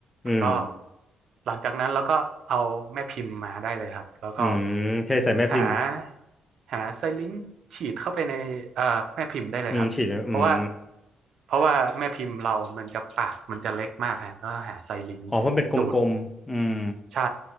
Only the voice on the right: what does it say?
ก็หลังจากนั้นเราก็เอาแม่พิมพ์มาได้เลยครับแล้วก็
หาหาไซลิงค์ฉีดเข้าไปในเอ่อแม่พิมพ์ได้เลยครับเพราะว่า
เพราะว่าแม่พิมพ์เรามันจะปากมันจะเล็กมากฮะแล้วหาไซลิงค์ดูด
ใช่